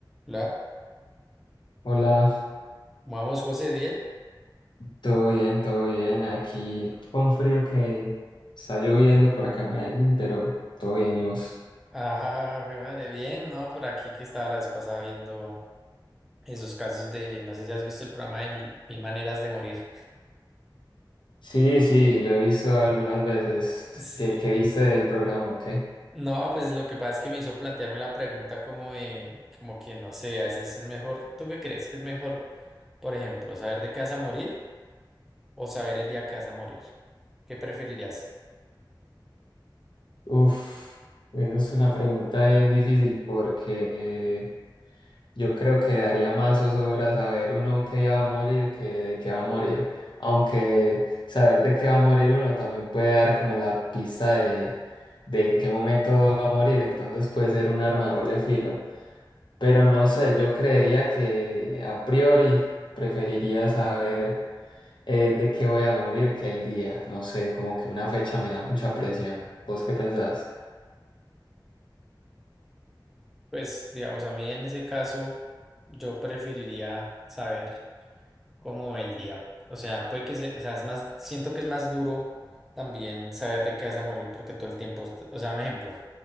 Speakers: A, in the centre; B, on the left.
A: Hola,
B: Hola,
A: vamos José, bien. <laughs>
B: todo bien, todo bien. Aquí con frío que está lloviendo por acá en Medellín, pero todo bien, ¿y vos?
A: Ah, mi madre, bien, ¿no? Por aquí que estaba la vez pasada viendo esos casos de, no sé si has visto el programa de Mil, Mil Maneras de Morir.
B: Sí, sí, lo he visto algunas veces.
A: Sí.
B: ¿Qué, qué viste del programa, o qué?
A: No, pues lo que pasa es que me hizo plantearme la pregunta como de, como que no sé, a veces es mejor, ¿tú qué crees que es mejor, por ejemplo, saber de qué vas a morir o saber el día que vas a morir? ¿Qué preferirías?
B: Uf, eso es una pregunta bien difícil porque yo creo que daría más zozobra saber uno que ya va a morir que de qué va a morir. Aunque saber de qué va a morir uno también puede dar como la pista de, de en qué momento va a morir, entonces puede ser un arma de doble filo. Pero no sé, yo creería que a priori preferiría saber eh, de qué voy a morir que el día. No sé, como que una fecha me da mucha presión. ¿Vos qué pensás?
A: Pues, digamos, a mí en ese caso, yo preferiría saber. como el día. O sea, puede que se, o sea, es más, siento que es más duro también saber de qué vas a morir porque todo el tiempo, est- o sea, un ejemplo,